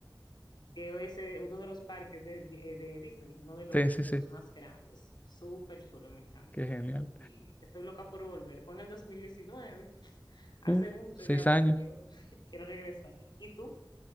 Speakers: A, on the left (about 65°); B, on the left (about 20°).
A: que es eh, uno de los parques de, eh, de Disney, uno de, lo-
B: Sí, sí,
A: de
B: sí,
A: los más grandes. Súper chulo, me encantó.
B: qué genial.
A: Y estoy loca por volver. Fue en el dos mil diecinueve <laughs> hace
B: Uf,
A: mucho
B: seis
A: ya,
B: años.
A: pero quiero, <laughs> quiero regresar. ¿Y tú?